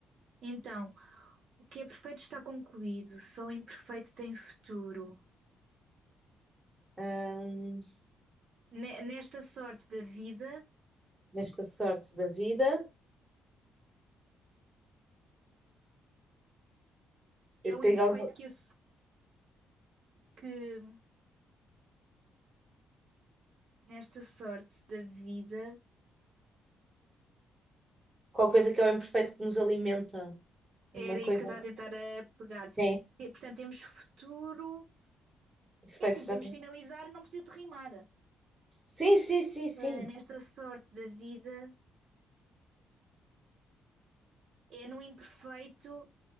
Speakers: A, on the right; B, on the right.
A: Então, o que é perfeito está concluído, só o imperfeito tem futuro.
B: Ahm,
A: Ne- Nesta sorte da vida,
B: nesta sorte da vida,
A: é
B: eu
A: o
B: tenho
A: imperfeito
B: algum-
A: que, ass- que nesta sorte da vida
B: Qualquer coisa que é o imperfeito que nos alimenta.
A: era
B: Uma coisa.
A: isso que eu estava a tentar a pegar.
B: É,
A: E, portanto, temos futuro.
B: perfeito.
A: É assim, podemos
B: já que-
A: finalizar, não precisa de rimar.
B: Sim, sim, sim, sim.
A: Ah, nesta sorte da vida, é no imperfeito